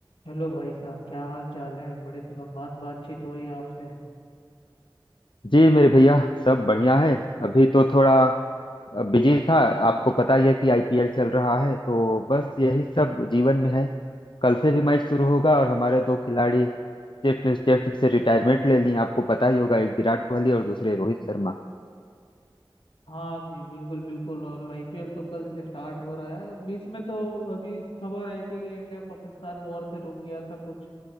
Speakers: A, on the left; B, on the left.
A: हेलो भाई साहब क्या हाल चाल है बड़े दिनों बाद बातचीत हो रही है आपसे
B: जी मेरे भैया सब बढ़िया है अभी तो थोड़ा बिजी था आपको पता ही है कि आईपीएल चल रहा है तो बस यही सब जीवन में है कल से भी मैच शुरू होगा और हमारे दो खिलाड़ी टेस्ट टेस्ट से रिटायरमेंट ले लिए आपको पता ही होगा एक विराट कोहली और दूसरे रोहित शर्मा
A: हाँ जी बिल्कुल बिल्कुल और आईपीएल तो कल से स्टार्ट हो रहा है बीच में तो अभी खबर आई थी कि इंडिया पाकिस्तान वॉर से रुक गया था कुछ